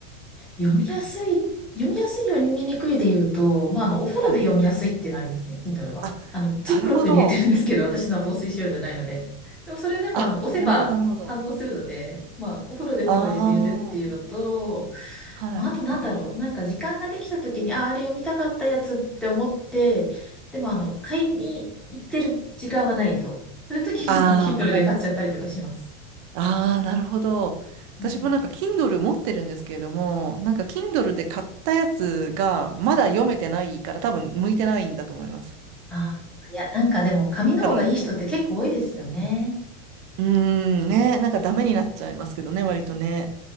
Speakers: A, in the centre; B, on the right.
A: 読みやすい、読みやすい読みにくいで言うと、まあ、あの、お風呂で読みやすいっていうのありますね、
B: はい。
A: Kindle は。
B: あ、
A: あの、
B: なるほど。
A: ジップロックに入れてるんですけど、<laughs> 私のは防水仕様じゃないので。でも、それでも、
B: あ、
A: あの、押せば反応するので、
B: なるほど、なるほど。
A: まあ、お風呂で本が読めるっていうのと、
B: ああ、はい。
A: まあ、あとなんだろう、なんか時間ができた時に、あ、あれ読みたかったやつって思って、でも、あの、買いに行ってる時間はないと。そういう時にはもう
B: ああ、
A: Kindle
B: わかります。
A: で買っちゃったりとかします。
B: ああ、なるほど。私もなんか
A: うん
B: Kindle 持ってるんですけれども、なんか Kindle で買ったやつがまだ読めてないから多分向いてないんだと思います。
A: あー、いや、なんかでも髪の方がいい人って結構多いですよね。
B: なのに。うーん、ね、なんかダメになっちゃいますけどね、割とね。